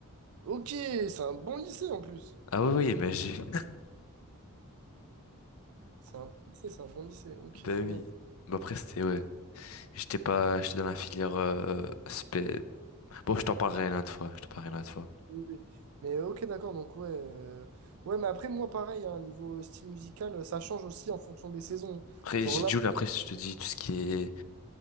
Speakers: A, on the right; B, on the left.
A: Ok, c'est un bon lycée en plus.
B: Ah oui oui, mais j'ai. <laughs>
A: C'est un bon lycée, c'est un bon lycée. Ok,
B: Bah
A: trop
B: oui.
A: bien.
B: Bah après c'était ouais. J'étais pas, j'étais dans la filière euh, spé- Bon, je t'en parlerai une autre fois. Je t'en parlerai une autre fois.
A: Oui, oui. Mais ok, d'accord, donc ouais. euh, Ouais, mais après, moi, pareil, hein, niveau style musical, ça change aussi en fonction des saisons.
B: Après
A: Genre
B: j'ai
A: là,
B: Jul. Après je te dis tout ce qui est